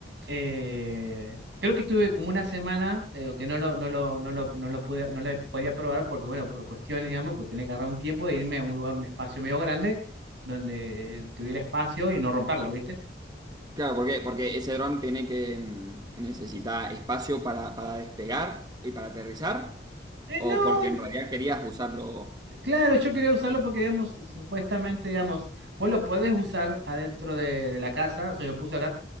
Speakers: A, on the right; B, on the right.
A: Eh, creo que estuve como una semana eh, que no lo, no lo, no lo, no lo pude, no lo podía probar porque, bueno, por cuestiones, digamos, pues tenía que agarrar un tiempo de irme a un lugar, un espacio medio grande, donde tuviera espacio y no romperlo, ¿viste?
B: Claro, ¿por qué? Porque ese dron tiene que mm, necesita espacio para, para despegar y para aterrizar,
A: Eh,
B: o
A: no,
B: porque en realidad querías usarlo.
A: Claro, yo quería usarlo porque, digamos, supuestamente, digamos, vos lo podés usar adentro de, de la casa, o sea, lo puse acá,